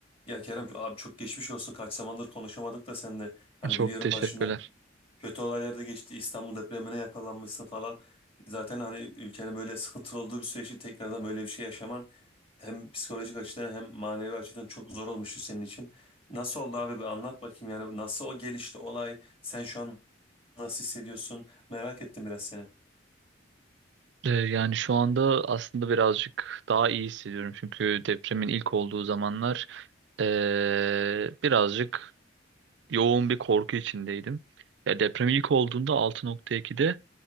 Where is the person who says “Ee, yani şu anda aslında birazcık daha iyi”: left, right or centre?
Right